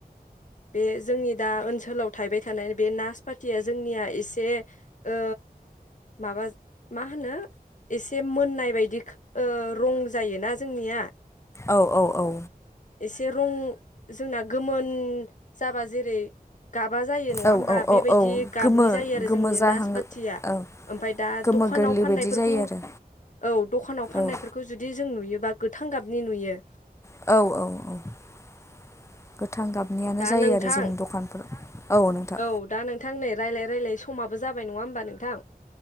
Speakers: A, on the left; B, on the left.
A: बे जोंनि दा ओनसोलाव थायबाय थानाय बे नासपतिया जोंनिया एसे ओ माबा माहोनो एसे मोननाय बादिख ओ रं जायोना जोंनिया?
B: औ औ औ
A: एसे रं जोंना गोमोन जाबा जेरै गाबा जायो नङा
B: औ
A: होमबा
B: औ
A: बेबायदि
B: औ औ
A: गाबनि
B: गोमो
A: जायो आरो
B: गोमो
A: जोंनि
B: जाहां
A: नासपाथिया
B: औ
A: ओमफ्राय दा
B: गोमो
A: दखानाव
B: गोरलै
A: फाननाय
B: बायदि
A: फोरखौ
B: जायो आरो
A: औ दखानाव फाननाय
B: औ
A: फोरखौ जुदि नुयोब बा गोथां गाबनि नुयो।
B: औ औ औ गोथां गाबनियानो
A: दा
B: जायो
A: नोंथां
B: आरो जोंनि दखानफोराव नोंथां
A: औ दा नोंथां नै रायज्लाय रायजलाय समाबो जाबाय नङा होमबा नों थां